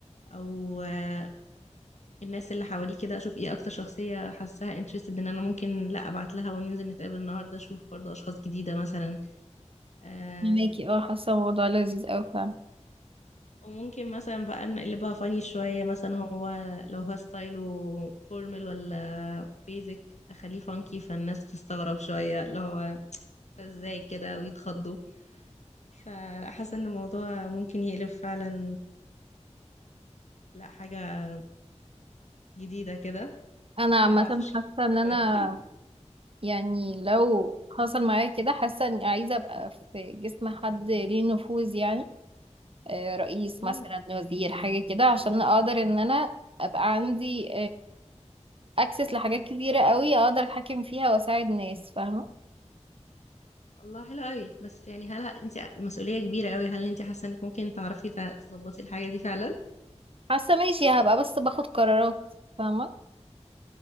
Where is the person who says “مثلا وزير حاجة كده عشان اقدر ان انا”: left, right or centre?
Right